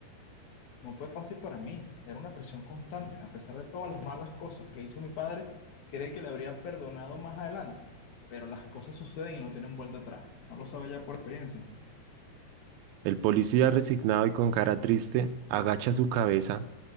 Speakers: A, on the left; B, on the right.
A: No fue fácil para mí, era una presión constante. A pesar de todas las malas cosas que hizo mi padre, cree que le habría perdonado más adelante, pero las cosas suceden y no tienen vuelta atrás. No lo sabe ya por experiencia.
B: El policía resignado y con cara triste agacha su cabeza